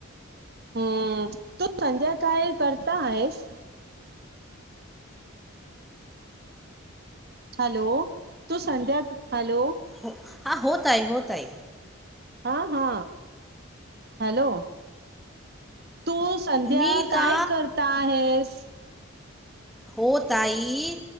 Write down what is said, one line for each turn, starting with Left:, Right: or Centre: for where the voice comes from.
Right: हम्म तू संध्या काय करता आहेस? हॅलो तू, संध्या हॅलो.
Centre: हो हा हो ताई हो ताई.
Right: हा हा हॅलो. तू संध्या
Centre: मी
Right: काय
Centre: ता
Right: करता आहेस?
Centre: हो ताई